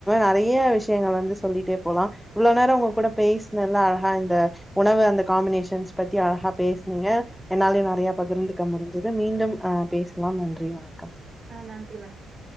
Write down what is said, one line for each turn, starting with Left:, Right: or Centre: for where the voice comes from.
Centre: நெறைய விஷயங்கள் வந்து சொல்லிட்டே போலாம் இவ்ளோ நேரோம் உங்க கூட பேசினதுல்ல அழகா இந்த உணவு அந்த காம்பினேஷன்ஸ் பத்தி அழகா பேசுனீங்க என்னாலயும் நெறைய பகிர்ந்து இங்க முடிஞ்சது மீண்டும் ஹ பேசலாம் நன்றி வணக்கம்
Right: ஆ நன்றி வணக்கம்